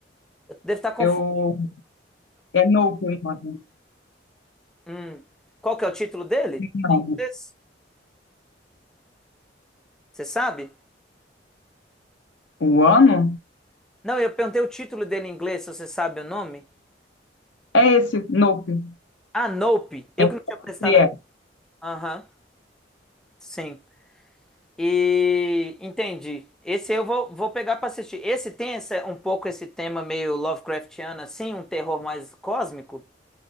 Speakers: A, in the centre; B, on the left (about 80°).
A: Eu devo estar confundindo.
B: eu, é Nope o nome.
A: Hum. Qual que é o título dele?
B: Não.
A: Em inglês? Você sabe?
B: O ano?
A: Não, eu perguntei o título dele em inglês, se você sabe o nome.
B: É esse, Nope.
A: Ah, Nope. Eu
B: É,
A: que não tinha prestado atenção.
B: é. é.
A: Aham. Sim. E entendi. Esse eu vou, vou pegar pra assistir. Esse tem essa, um pouco esse tema meio Lovecraftiano, assim, um terror mais cósmico?